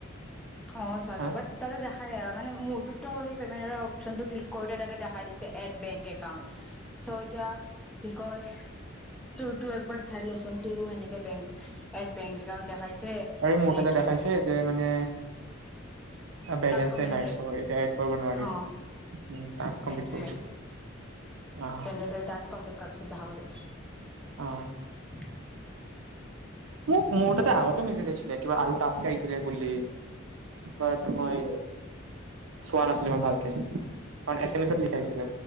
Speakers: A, in the centre; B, on the right (about 70°).
A: অ' চাগে
B: হা
A: বাট তাতে দেখােই মানে মোৰতোত পেমেণ্ট অপচন ক্লিক কৰোতে তাতে দেখা দিছে এড বেং একাউণ্ট চৌএতিয়া কিকয় তোৰতো এক বা চাই ল চোন। তোৰো সেনেকে বেং এড বেংক একাউণ্ট দেখাইছে
B: আৰু মোৰ তাতে
A: নে কিবা?
B: দেখাইছে যে মানে বেলেঞ্চে
A: তাকছ
B: নাই
A: হলে
B: চ' এতিয়া এড কৰিব নোৱাৰি
A: আহ
B: উম, টাস্ক কমপ্লিট
A: সেইটোৱে
B: কৰিব দিব অ,
A: তেন্তে তিই টাকছ কমপ্লিট কৰাৰ পিছত দেখা পাবি
B: অ, মোক মোৰ তাতে আগতেও মেছেজ আহিছিলে কিবা আৰু টাস্ক আহিচিলে বুলি। বাট মই চোৱা নাছিলো মই ভালকে, কাৰণ এছ এম এছত লিখাইছিলে